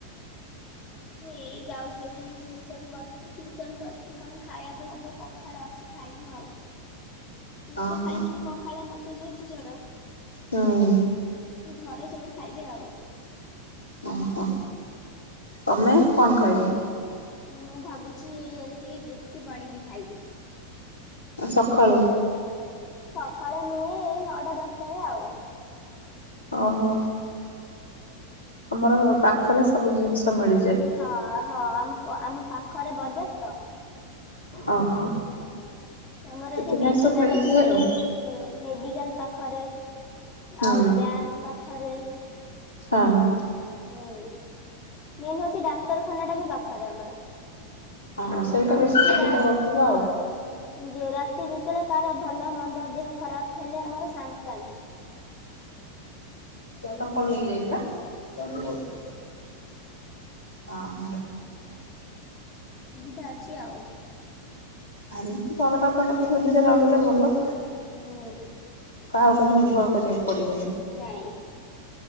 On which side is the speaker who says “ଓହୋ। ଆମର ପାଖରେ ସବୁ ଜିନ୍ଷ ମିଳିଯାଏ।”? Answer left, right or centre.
Left